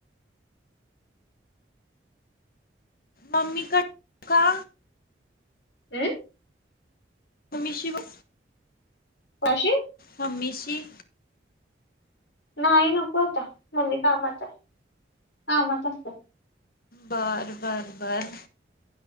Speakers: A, on the left; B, on the left.
A: मम्मी क का.
B: हमं.
A: मम्मीशी ब
B: पाशी
A: हम्मीशी
B: नाई नको आता मम्मी कामाताय कामात असते.
A: बर बर बर.